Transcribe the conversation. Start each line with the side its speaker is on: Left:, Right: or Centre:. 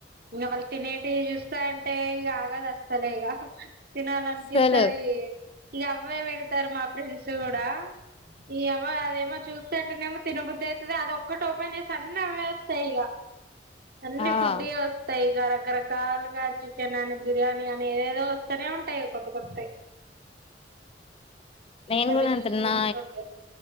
Right: ఇంగ వాళ్ళు తినేటియి చూస్తాంటే ఇగ ఆగదు అస్సలే ఇగ తినాలనిపిస్తది
Left: అసలు
Right: ఇగ అవ్వే పెడతారు మా ఫ్రెండ్స్ కూడా ఈ అవ్వ అదేమో చూస్తంటేనేమో తినబు ద్ధయితది అది ఒక్కటోపన్ చేస్తే అన్ని అవ్వే వస్తాయి ఇగ అన్ని
Left: ఆ
Right: ఫుడ్ యే వస్తయి ఇగ రకరకాలుగా చికెన్ అని బిర్యానీ అని ఏదేదో వస్తేనే ఉంటాయి కొత్త కొత్తయి
Left: నేన్
Right: అవి
Left: గుదా
Right: చూసుకుంటుండేది
Left: అంతే నా